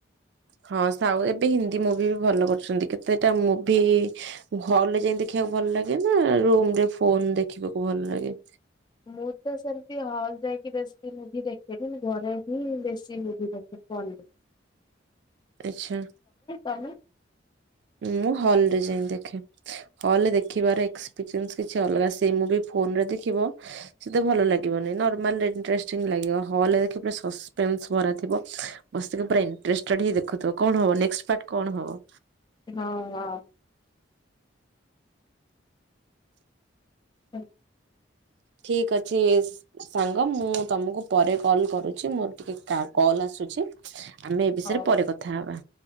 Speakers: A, on the right (about 60°); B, on the left (about 25°).
A: ହଁ ସାଉ ଏବେ ହିନ୍ଦୀ ମୁଭି ବି ଭଲ କରୁଛନ୍ତି କେତେଟା ମୁଭି ହଲ୍ ରେ ଯାଇଙ୍କି ଦେଖିବାକୁ ଭଲ ଲାଗେ ନା ରୁମ ରେ ଫୋନ ଦେଖିବାକୁ ଭଲ ଲାଗେ।
B: ମୁଁ ତ ସେମତି ହଲ୍ ଯାଇକି ବେଶୀ ମୁଭି ଦେଖେନି ମୁ ଘରେ ହି ବେଶୀ ମୁଭି ଦେଖେ। ଫୋନ୍ ରେ।
A: ଆଚ୍ଛା
B: ତମେ
A: ମୁଁ ହଲ ରେ ଯାଇଁ ଦେଖେ। ହଲ୍ ରେ ଦେଖିବାର ଏକ୍ସପିରିଏନ୍ସ କିଛି ଅଲଗା ସେଇ ମୁଭି ଫୋନରେ ଦେଖିବ। ସେତ ଭଲ ଲାଗିବନି ନର୍ମାଲରେ ଇଣ୍ଟରେଷ୍ଟିଂ ଲାଗିବ ହଲ୍ ରେ ଦେଖିବ ପୁରା ସସ୍ପେନ୍ସ ଭରା ଥିବ ବସିକି ପୁରା ଇଣ୍ଟରେଷ୍ଟଏଡ ହେଇ ଦେଖୁଥିବ କଣ ହେବ ନେକ୍ସଟ୍ ପାର୍ଟ କଣ ହେବ।
B: ହଁ ହଁ। ହୁଁ।
A: ଠିକ ଅଛି ସାଙ୍ଗ। ମୁଁ ତୁମକୁ ପରେ କଲ୍ କରୁଛି ମୋର ଟିକେ କଲ୍ ଆସୁଛି। ଆମେ ଏ ବିଷୟରେ
B: ହଉ
A: ପରେ କଥା ହବା।